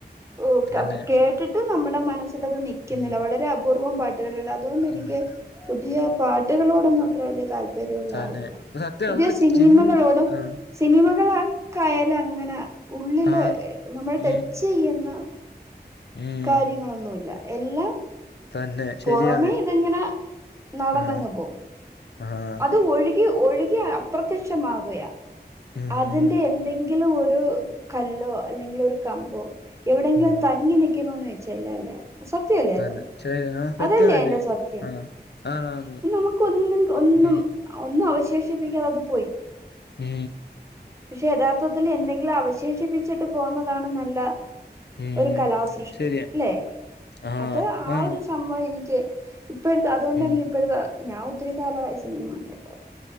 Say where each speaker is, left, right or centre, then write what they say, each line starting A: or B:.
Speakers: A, on the right; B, on the left.
A: ഓ
B: തന്നെ
A: ക ട്ട് കേട്ട്ട്ട് നമ്മുടെ മനസ്സിലത് നിക്കുന്നില്ല
B: ഉം
A: വളരെ അപൂർവ്വം പാട്ട്കള്ള- അതോണ്ടെനിക്ക്
B: ഉം
A: പുതിയ പാട്ടുകളോടൊന്നും അത്ര വല്യ താൽ പര്യവുള്ള
B: തന്നെ
A: ആളല്ല
B: സത്യം
A: പുതിയ
B: നമ്മള്
A: സിനിമകളോടും,
B: ചിൻ ആഹ്
A: സിനിമകളൊക്കായാ ലങ്ങനെ ഉള്ളില്
B: ആഹ്
A: ഇങ്ങനെ ട്ടെച്ചെയ്യുന്ന.
B: ഉം ഉം
A: കാര്യങ്ങളൊന്നുല്ല എല്ലാ-
B: തന്നെ ശരിയാണ്
A: പൊറമേ ഇതങ്ങനെ നടന്നങ്ങ്
B: ആഹ്
A: പോവും.
B: ആഹ്
A: അത് ഒഴുകി ഒഴുകി അപ്രത്യക്ഷമാവുകയാ,
B: ഉം
A: അതിന്റെ എന്തെങ്കി ലൊരു കല്ലോ അല്ലെങ്കിലൊരു കമ്പോ എവിടെങ്കിലും
B: ഉം
A: തങ്ങി ന്നിക ക്കുന്നൂ ന്നോയ്ച്ചല്ലോ ലേ. സത്യല്ലേ
B: തന്നെ
A: അത്
B: ശരി ആ സത്യം
A: അതല്ലേ
B: തന്നെ
A: അയ്ന്റെ സത്യം
B: ആഹ് ആണ് ആണ്
A: നമുക്ക് ഒന്നും ഒന്നും-
B: ഉം
A: ഒന്നും അവശേഷിപ്പിക്കാതെ അത് പൊയ്.
B: ഉം
A: പക്ഷെ യഥാർത്ഥത്തില് എന്തെങ്കിലും അവശേഷിപ്പിച്ചിട്ട് പോകുന്നതാണ് ന്നല്ല-
B: ഉം
A: ഒരു കലാസൃഷ്ടി
B: ശരിയാ
A: ല്ലെ
B: ആഹ്
A: അത് ആ
B: ആണ്
A: ഒരു സംഭവം എനിക്ക്- ഇപ്പഴ്ത്തെ അതുകൊണ്ട്
B: ഉം
A: എനിക്ക് ഇപ്പട് തെ ഞാ ഒത്തിരി കാലവായി സിനിമ കണ്ടിട്ട്.